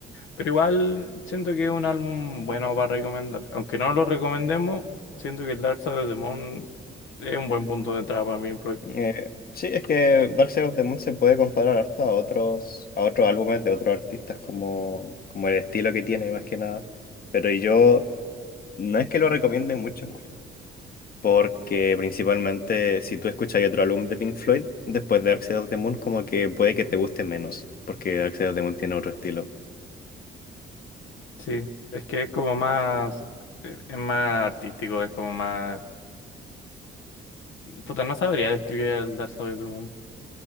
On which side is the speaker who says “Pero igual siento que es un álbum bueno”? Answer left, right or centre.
Left